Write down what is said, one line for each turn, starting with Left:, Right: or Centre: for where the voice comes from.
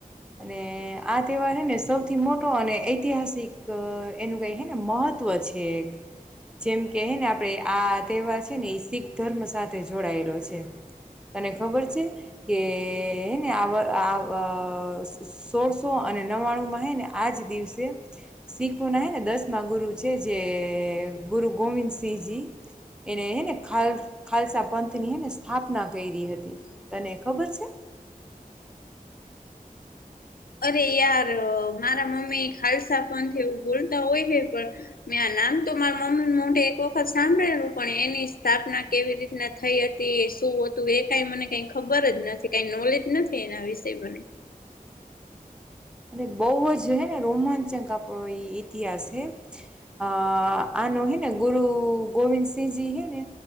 Centre: અને આ તહેવાર ને સૌથી મોટો અને ઐતિહાસિક એનું કંઈ છે ને મહત્ત્વ છે. જેમ કે ને આપણે આ તહેવાર છે ને એ શીખ ધર્મ સાથે જોડાયેલો છે. તને ખબર છે, કેને આ આ સોળસો અને નવાણુંમાં ને આજ દિવસે, શીખ ના ને દસ ગુરુ છે જે ગુરુ ગોવિંદ સિંહજી. એને ખાલ ખાલસા પંથ નીને સ્થાપના કરી હતી, તને ખબર છે? <inaudible>
Left: અરે યાર મારા મમ્મી ખાલસા પણ એવું બોલતા હોય છે પણ, મે નામ તો મારા મમ્મ મોઢે એક વખત સાંભળેલું પણ એની સ્થાપના કેવી રીતના થઈ હતી એ શું હતું એ કઈ મને કઈ ખબર જ નથી કઈ નોલેજ નથી એના વિશે મને.
Centre: હમ. એ બહ જ હ ને રોમાંચક આપણો એ ઇતિહાસ છે આ ન હે ને ગુરુ ગોવિંદસિંહજી હે ને